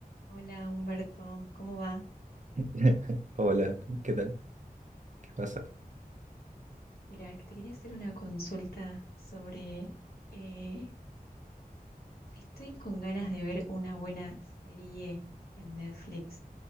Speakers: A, on the left; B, on the right.
A: Hola Humberto, ¿cómo va?
B: <laughs> Hola, ¿qué tal? ¿Qué pasa?
A: Mira, te quería hacer una consulta sobre... eh, estoy con ganas de ver una buena serie en Netflix